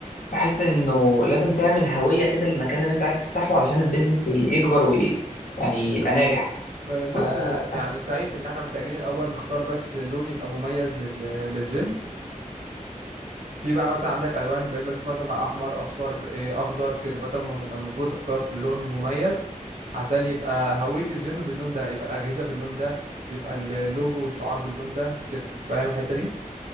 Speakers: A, on the left (about 80°); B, on the right (about 65°).
A: بحس انه لازم تعمل هويه كده للمكان اللي انت عايز تفتحه علشان البيزنس يكبر وي... يعني يبقى ناجح
B: ب- بص
A: فحاسس
B: يعني شايف ان احنا محتاجين الاول نختار بس لون يبقى مميز لل... للجيم في بقى مثلا عندك الوان بقيت بشوف مثلا مع احمر اصفر إيه، اخضر كده فانت الم- المفروض تختار لون مميز عشان يبقى هوية الجيم باللون ده يبقى الاجهزة باللون ده يبقى اللوجو والشعار باللون ده كده فاهم الحتة دي